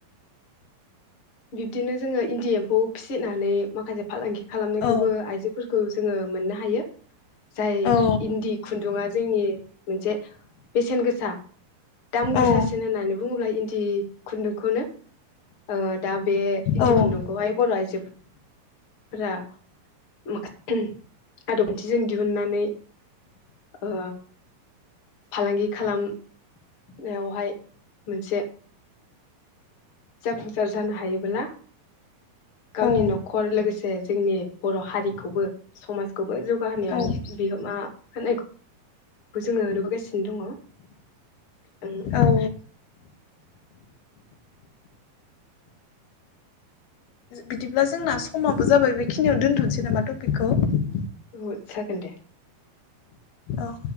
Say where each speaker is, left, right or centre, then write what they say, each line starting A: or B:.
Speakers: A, on the left; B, on the left.
A: बिब्दिनो जोङो इन्दि एम्फौ फिसिनानै माखासे फालांगि खालामनायखौबो
B: औ
A: आइजोफोरखौ जोङो मोननो हायो जाय
B: औ
A: इन्दि खुन्दुङा जोंनि मोनसे बेसेन गोसा दाम गोसासिन
B: औ
A: होननानै बुङोब्ला इन्दि खुन्दुंखौनो ओ दा बे इन्दि
B: औ
A: खुन्दुंखौहाय बर' आइजो फोरा माखा आदब खान्थिजों दिहुननानै ओ फालांगि खालाम नायावहाय मोनसे जाफुंसार जानो हायोब्ला गावनि
B: औ
A: न'खर लोगोसे जोंनि बर' हारिखौबो समाज खौबो जौगाहोनायाव
B: औ
A: बिहोमा होनाय खोबो जोङो नुबोगासिनो दङ।
B: औ बिदिब्ला जोंना समाबो जाबाय बेखिनियाव दोनथ'नोसै नामा टपिकखौ ।
A: औ जागोन दे।
B: औ